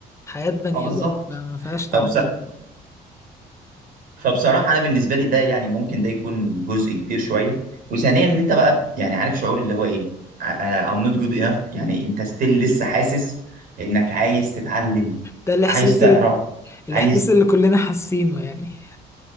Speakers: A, on the left; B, on the right.
A: حياة بني
B: اه بالظبط
A: آدم فما فيهاش تعويض
B: فبص... فبصراحه انا بالنسبه لي ده يعني ممكن ده يكون جزء كبير شويه وثانيا ان انت بقى يعني عارف شعور اللي هو ايه I- I'm not good enough يعني انت ستيل لسه حاسس انك عايز تتعلم
A: ده الإحساس
B: عايز تعرف
A: ال... الإحساس
B: عايز
A: اللي كلنا حاسينه يعني